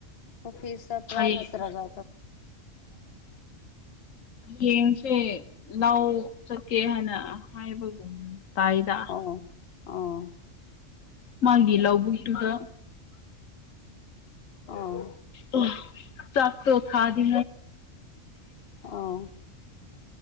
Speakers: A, on the left; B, on the left.
A: ꯑꯣꯐꯤꯁ ꯄꯨ꯭ꯔꯥ
B: ꯍꯌꯦꯡ
A: ꯅꯠꯇ꯭ꯔꯒ
B: ꯍꯌꯦꯡꯁꯦ ꯂꯥꯎ ꯆꯠꯀꯦ ꯍꯥꯏꯅ ꯍꯥꯏꯕꯒꯨꯝ ꯇꯥꯏꯗ
A: ꯑꯣ ꯑꯣ
B: ꯃꯥꯒꯤ ꯂꯥꯎꯧꯕꯨꯛꯇꯨꯗ
A: ꯑꯣ
B: ꯑꯣ ꯆꯥꯛꯇ ꯊꯥꯗꯦ <inaudible>
A: ꯑꯣ